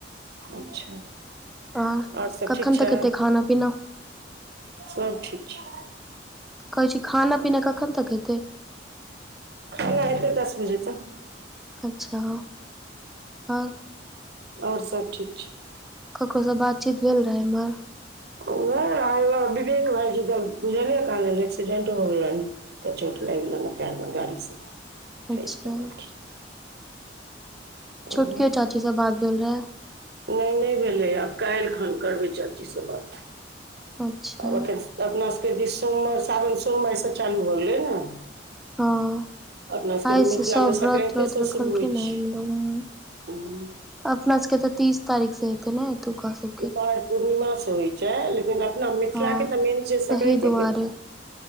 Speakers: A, on the right; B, in the centre.
A: अच्छा
B: हाँ
A: आओर सब
B: कखन
A: ठीक छै
B: तक हेतै खाना-पीना?
A: सब ठीक छै।
B: कहै छी खाना-पीना कखन तक हेतै?
A: खाना हेतै दस बजे तक।
B: अच्छा <inaudible> आओर?
A: आओर सब ठीक छै।
B: ककरो सं बातचीत भेल रहै इम्हर?
A: ओएह आइ ओ विवेक भाइजी द बुझलियै कहाँ दैन एक्सीडेंट भ गेलैनहें। त चोट लागि गेलैनएं पैरमें गाड़ी सं
B: अच्छा
A: खसि पड़लखिन। आओर
B: छोटकीओ चाची सं बात भेल रहा।
A: नै-नै भेलैया आब कालिखन करबै चाची सं बात
B: अच्छा
A: आब अखैन स त अपना सबके दिस सोम आ सावन सोम आइ सं चालू भ गेलै ने।
B: हँ
A: <inaudible> अपना सबके
B: आइ से
A: मिथिला
B: सब
A: में संकरैते
B: व्रत व्रत
A: सं
B: रखलखिन
A: शुरू होइ
B: ह
A: छै।
B: लोग
A: हुं।
B: अपना सबके त तीस तारीख सं ऐ। कमाउ खुब, खाउ खुब।
A: उपाइ पूर्णिमा सं होइ छै लेकिन अपना मिथिलाके
B: हँ
A: त मेन छै
B: तहि
A: संकरैते
B: दुआरे
A: के न।